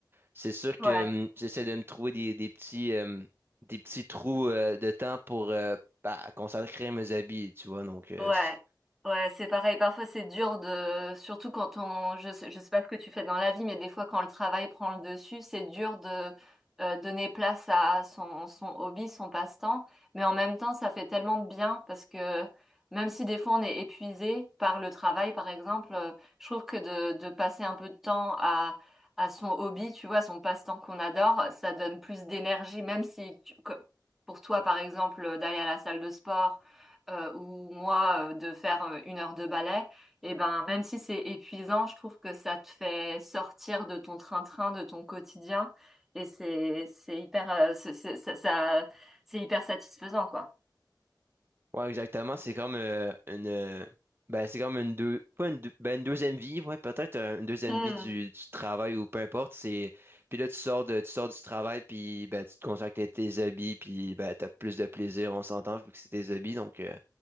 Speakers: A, on the right; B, in the centre.
A: c'est sûr
B: Ouais.
A: que hum, j'essaie de me trouver des, des petits, euh, des petits trous euh, de temps pour euh, bah, consacrer mes habits, tu vois. Donc, euh,
B: Ouais,
A: c-
B: ouais, c'est pareil. Parfois, c'est dur de, surtout quand on, je sais, je sais pas ce que tu fais dans la vie, mais des fois, quand le travail prend le dessus, c'est dur de euh, donner place à son, son hobby, son passe-temps. Mais en même temps, ça fait tellement de bien parce que même si des fois on est épuisé par le travail, par exemple, euh, je trouve que de, de passer un peu de temps à, à son hobby, tu vois, son passe-temps qu'on adore, ça donne plus d'énergie, même si tu- que- pour toi, par exemple, d'aller à la salle de sport euh, ou moi euh, de faire euh, une heure de ballet, et ben même si c'est épuisant, je trouve que ça te fait sortir de ton train-train, de ton quotidien, et c'est c'est hyper euh, c'est c'est- ça- ça- c'est hyper satisfaisant quoi.
A: ouais, exactement. C'est comme euh, une. euh, ben, c'est comme une deux. Pas une, deux- ben, une deuxième vie, ouais, peut-être euh, une deuxième
B: Hmm.
A: vie du, du travail ou peu importe. C'est, puis là, tu sors, de, tu sors du travail, puis ben, tu te consacres à tes habits, puis ben, t'as plus de plaisir, on s'entend, vu que c'est tes habits. Donc, euh,